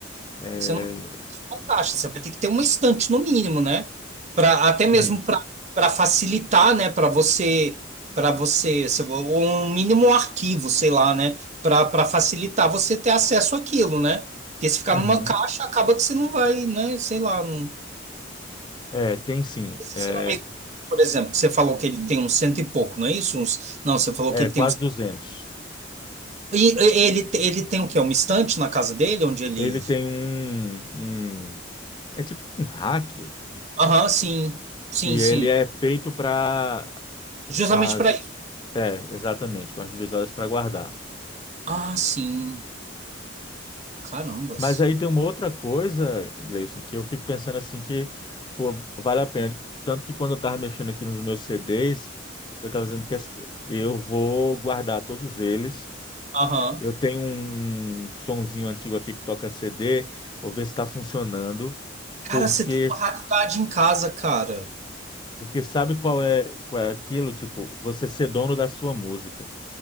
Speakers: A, on the left; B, on the right.
A: É,
B: você não não caixa, você vai ter que ter uma estante no mínimo, né? Para até
A: sim.
B: mesmo para para facilitar, né, para você para você, se- ou um mínimo um arquivo, sei lá, né, para para facilitar você ter acesso àquilo, né? Porque se ficar
A: Uhum.
B: numa caixa, acaba que você não vai, né, sei lá, não...
A: É, tem sim.
B: Esse
A: É,
B: seu amigo, por exemplo, que você falou que ele tem uns cento e pouco, não é isso? Uns... Não, você falou
A: é
B: que ele
A: quase
B: tem uns
A: duzentos
B: E e- ele ele tem o quê? Uma estante na casa dele onde ele
A: Ele tem um, um- É tipo um hack
B: Aham, sim. Sim,
A: que ele
B: sim.
A: é feito para...
B: Justamente
A: Com as...
B: para
A: É, exatamente. Com as divisórias para guardar.
B: Ah, sim. Carambas.
A: Mas aí tem uma outra coisa, Gleison, que eu fico pensando assim que, pô, vale a pena. Tanto que quando eu estava mexendo aqui nos meus CDs, eu estava dizendo que assim, eu vou guardar todos eles.
B: Aham.
A: Eu tenho um sonzinho antigo aqui que toca CD, vou ver se está funcionando,
B: Cara,
A: porque
B: você tem uma raridade em casa, cara.
A: porque sabe qual é, qual é aquilo? Tipo, você ser dono da sua música.